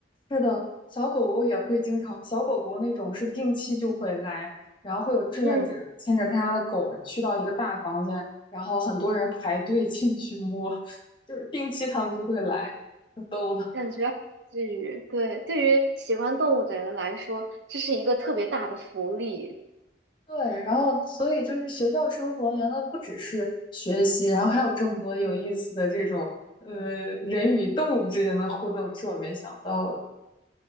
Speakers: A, on the left (about 25°); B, on the right (about 80°).
A: 是的，小狗狗也会经常，小狗狗那种是定期就会来，然后会有志愿者牵着他家的狗去到一个大房间，
B: 嗯，
A: 然后很多人排队进去摸，就是定期他们就会来，可逗了。
B: 感觉至于，对，对于喜欢动物的人来说，这是一个特别大的福利。
A: 对，然后所以就是学校生活原来不只是学习，然后还有这么多有意思的这种呃人与动物之间的互动，是我没想到的。